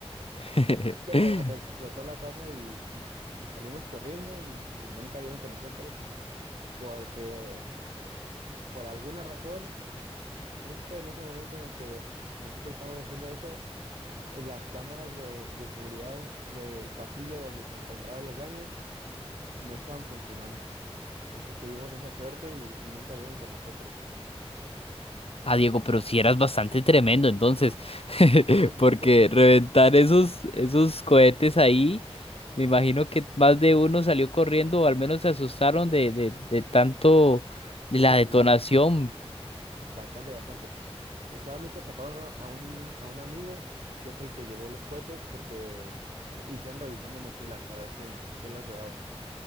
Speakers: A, on the left; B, on the right.
A: <laughs>
B: pero explotó la taza y, y- y salimos corriendo y, y nunca dieron con nosotros porque por alguna razón, justo en ese momento en el que nosotros estamos haciendo eso, eh, las cámaras de, de seguridad del pasillo donde se encontraban los baños no estaban funcionando. Entonces tuvimos esa suerte y, y nunca dieron con nosotros.
A: Ah, Diego, pero si eras bastante tremendo, entonces, <laughs>
B: <laughs>
A: porque
B: Un poquito.
A: reventar esos, esos cohetes ahí, me imagino que más de uno salió corriendo o al menos se asustaron de, de, de tanto de
B: No,
A: la
B: sí,
A: detonación.
B: bastante. Bastante, bastante. Eh, Solamente atraparon a a un, a un amigo que es el que llevó los cohetes porque r- hicieron revisión de mochilas para ver quién, quién los llevaba.